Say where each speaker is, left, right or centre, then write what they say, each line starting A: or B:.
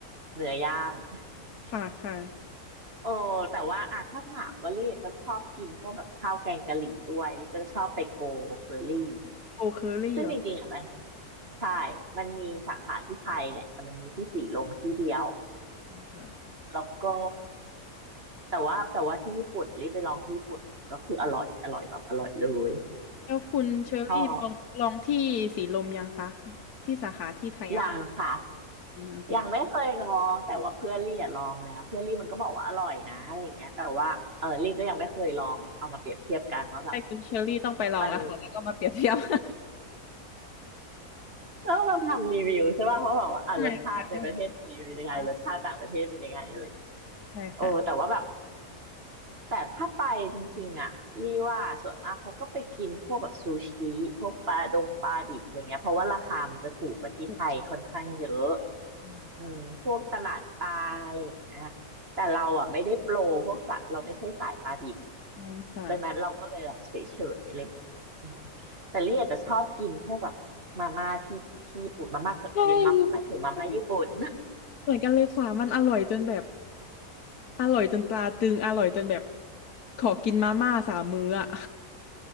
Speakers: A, on the right; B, on the left.
A: เนื้อย่างอะ
B: ค่ะค่ะ
A: โอ้แต่ว่าอะถ้าถามว่าลี่ก็ชอบกินพวกแบบข้าวแกงกะหรี่ด้วยลี่ก็จะชอบไปโกเคอรี่
B: โอเคอรี่เหรอ
A: ซึ่งจริงๆอะมันใช่มันมีสาขาที่ไทยแหละแต่มันมีที่สีลมที่เดียว
B: ใช่ค่ะ
A: แล้วก็แต่ว่าแต่ว่าที่ญี่ปุ่นรีบไปลองที่ญี่ปุ่นก็คืออร่อยอร่อยแบบอร่อยเลย
B: แล้วคุณเชอรี่ลองลองที่สีลมยังคะ
A: ชอบ
B: ที่สาขาที่ไทยอะค่ะ
A: ยังค่ะ
B: อืมโอเค
A: ยังไม่เคยลองแต่ว่าเพื่อนลี่อะลองแล้วเพื่อนลี่มันก็บอกว่าอร่อยนะอะไรอย่างเงี้ยแต่ว่าเออลี่ก็ยังไม่เคยลองเอามาเปรียบเทียบกันว่าแบบ
B: ใช่คุณเชอรี่ต้องไปลองแล้วค่ะแล้วก็มาเปรียบเทียบ
A: มันแล้วเราทำรีวิวใช่ป่ะเพราะแบบว่าอ่ะรสชาติในประเทศไทยเป็นยังไงรสชาติต่างประเทศเป็นยังไงอะไรอย่างเงี้ย
B: <laughs> ใช่ค่ะได้ไปนชาใช่ค่ะ
A: โอ้แต่ว่าแบบ แต่ถ้าไปจริงๆอ่ะรีว่าส่วนมากเขาก็ไปกินพวกแบบซูชิพวกปลาดงปลาดิบอะไรเงี้ยเพราะว่าราคามันจะถูกกว่าที่ไทยค่อนข้างเยอะ
B: ถูกอืม
A: อืมพวกตลาดปลาอะไรอย่างเงี้ยแต่เราอ่ะไม่ได้โปรพวกสัตว์เราไม่ใช่สายปลาดิบ
B: อืมค่ะ
A: ดังนั้นเราก็เลยแบบเฉยๆอะไรอย่างเงี้ยอืมแต่ลี่อาจจะชอบกินพวกแบบมาม่าที่ที่ญี่ปุ่นมาม่าก็มีมาหมายถึงมาม่าญี่ปุ่น
B: ใช่ใช่เหมือนกันเลยค่ะมันอร่อยจนแบบอร่อยจนตราตรึงอร่อยจนแบบขอกินมาม่าสามมื้ออ่ะ